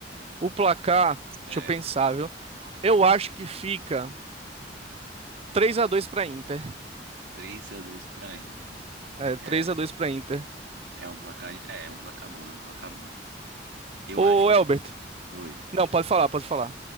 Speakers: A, on the right; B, on the right.
A: O placar,
B: É,
A: deixa eu pensar, viu? Eu acho que fica três a dois pra Inter.
B: três a dois pra Inter.
A: É, 3x2
B: É,
A: pra Inter.
B: é um placar, é, é um placar bom, é um placar bom. Eu
A: Ô,
B: acho que,
A: Elbert.
B: oi.
A: Não, pode falar, pode falar.